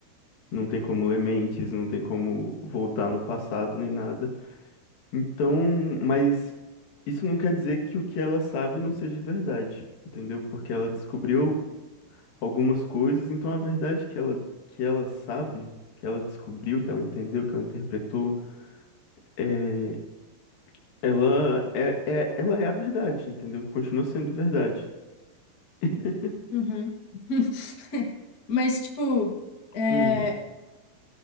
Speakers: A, on the left; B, on the left.
A: Não tem como ler mentes, não tem como voltar no passado nem nada. Então, mas isso não quer dizer que o que ela sabe não seja verdade, entendeu? Porque ela descobriu algumas coisas, então a verdade que ela, que ela sabe, que ela descobriu, que ela entendeu, que ela interpretou, é, ela é, é, ela é a verdade, entendeu? Continua sendo verdade. <laughs>
B: Uhum. <laughs> Mas, tipo, é,
A: Hum,